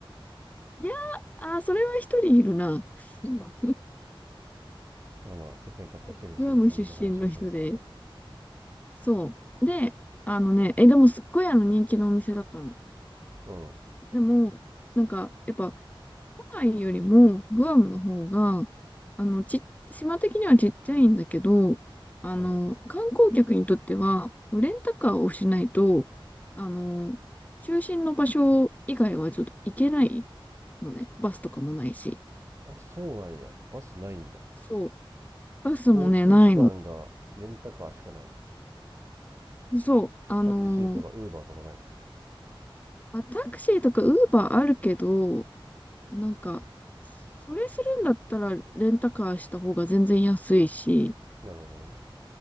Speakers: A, on the left (about 15°); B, on the right (about 30°).
A: いや、あ、それは一人いるな。今
B: まあまあ世界にたった一人のその浅見の話をしますかしら
A: <laughs> グアム出身の人で。そう。で、あのね、え、でもすっごいあの人気のお店だったの。
B: うん
A: でも、なんか、やっぱ、ハワイよりもグアムの方が、あの、ち、島的にはちっちゃいんだけど、あの、
B: うん
A: 観光客にとっては、レンタカーをしないと、あの、中心の場所以外はちょっと行けないのね。バスとかもないし。
B: あそうなんやバスないんだ
A: そう。バスもね、
B: 交通手段がレンタカーしかないね
A: ないの。そう。あのー、
B: タクシーとかウーバーとかない
A: まあ、タクシーとかウーバーあるけど、なんか、それするんだったらレンタカーした方が全然安いし、
B: なるほどね